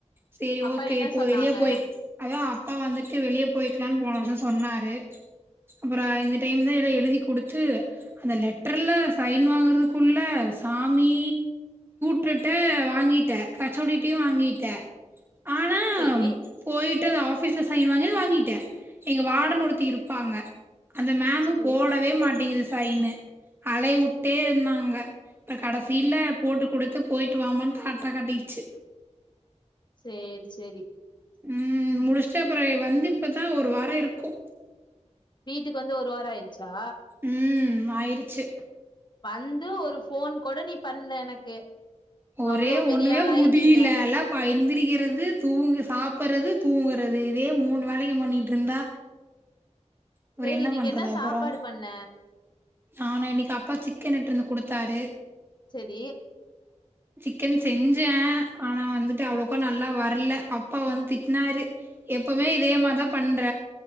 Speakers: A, on the right; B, on the left.
A: சேரி
B: அப்பா
A: ஓகே
B: என்ன
A: இப்போ
B: சொன்னாங்க
A: வெளிய போய் அதா அப்பா வந்துட்டு வெளிய போய்க்கலானு போன வருஷ சொன்னாரு அப்ற இந்த டைம் தா ஏதோ எழுதி குடுத்து அந்த லெட்டர்ல சைன் வாங்கறதுக்குள்ள சாமி ட்டே வாங்கிட்டே ஹெச் ஒ டி டையு வாங்கிட்டே ஆனா
B: செரி
A: போயிட்டு அந்த ஆபீஸ்ல சைன் வாங்கி வாங்கிட்டே எங்க வார்டன் ஒருத்தி இருப்பாங்க அந்த மேமு
B: செரி
A: போடவே மாட்டிங்குது சைன்னு அலையவுட்டே இருந்தாங்க இப்ப கடசில போட்டு கொடுத் து போயிட்டு வாமான்னு டாட்டா காட்டிடுச்சு
B: சேரி சேரி
A: ம் முடிச்சுட்டு அப்பற வந்து இப்பதா ஒரு வாரம் இருக்கு
B: வீட்டுக்கு வந்து ஒரு வாரம் ஆயிருச்சா
A: ம் ஆயிறுச்சு
B: வந்து ஒரு போஃன் கூட நீ பண்ல எனக்கு
A: ஒரே
B: அவ்ளோ பெரிய
A: ஒண்ணுமே
B: ஆள்
A: முடிலல்ல
B: ஆயிட்டீங்க
A: ப் ப்பா எந்திரிக்கிறது தூங்கு சாப்புறது தூங்கறது இதே மூணு வேலைக்கு பண்ணிட்டு இருந்தா அப்றோ
B: சேரி இன்னக்கு
A: பண்றது
B: என்ன சாப்பாடு
A: அப்றோ
B: பண்ண
A: நானா இன்னக்கு அப்பா சிக்கன் எடுத்ட்ட்டு வந்து குடுத்தாரு
B: சேரி
A: சிக்கன் செஞ்சே ஆனா வந்துட்டு அவ்வளவுக்கா நல்லா வரல அப்பா வந்து திட்னாரு எப்போமே இதே மாரி தா பண்ற